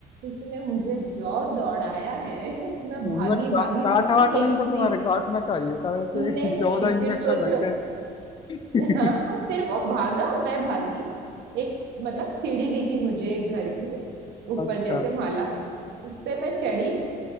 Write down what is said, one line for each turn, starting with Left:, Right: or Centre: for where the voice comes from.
Right: उसने मुझे जो दौड़ाया है मैं
Left: का,
Right: भागी भागी
Left: काट
Right: भागी
Left: वाट नहीं
Right: एक
Left: था तुम्हारे
Right: सी-
Left: काटना चाहिए था वैसे
Right: नहीं
Left: <laughs> चौदह इंजेक्शन
Right: फिर सोचो
Left: लगते <laughs>
Right: हाँ हाँ, फिर वो भागा मैं भागी एक मतलब सीढ़ी दिखी मुझे एक घर की ऊपर
Left: अच्छा
Right: जैसे माला उस पे मैं चढ़ी